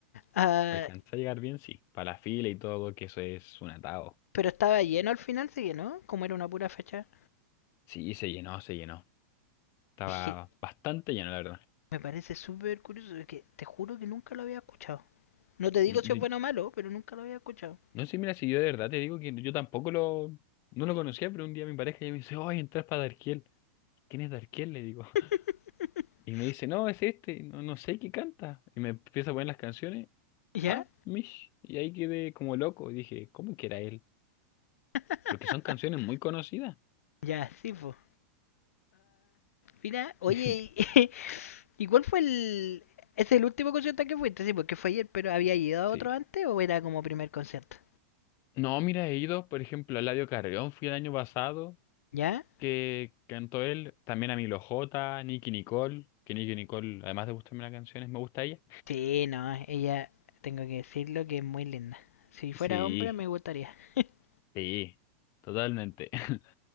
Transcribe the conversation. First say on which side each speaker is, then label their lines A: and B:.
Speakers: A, on the left; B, on the left.
A: Ah,
B: Alcancé a llegar bien, sí, para la fila y todo, que eso es un atado.
A: pero estaba lleno al final, sí que no como era una pura fachada.
B: Sí, se llenó, se llenó. Estaba
A: Es que
B: bastante lleno, la verdad.
A: me parece súper curioso, es que te juro que nunca lo había escuchado. No te digo
B: Mm,
A: si
B: di-
A: es bueno o malo, pero nunca lo había escuchado.
B: No sé, mira, si yo de verdad te digo que yo tampoco lo, no lo conocía, pero un día mi pareja ya me dice, ¡ay, entras para Darkiel! ¿Quién es Darkiel? Le digo. <laughs>
A: <laughs>
B: Y me dice, no, es este, no, no sé qué canta. Y me empieza a poner las canciones
A: ¿Ya?
B: ah, Mish. Y ahí quedé como loco. Y dije, ¿cómo que era él?
A: <laughs>
B: Porque son canciones muy conocidas.
A: ya, sí, pues. mira, oye,
B: <laughs>
A: y- <laughs> ¿y cuál fue el... ¿Es el último concierto al que fuiste? Sí, porque fue ayer, pero ¿había ido a
B: Sí.
A: otro antes o era como primer concierto?
B: No, mira, he ido, por ejemplo, a Eladio Carrión, fui el año pasado,
A: ¿Ya?
B: que cantó él, también a Milo J, Nicky Nicole, que Nicky Nicole, además de gustarme las canciones, me gusta ella.
A: Sí, no, ella, tengo que decirlo que es muy linda. Si fuera
B: Sí,
A: hombre, me gustaría. <laughs>
B: sí, totalmente. <laughs>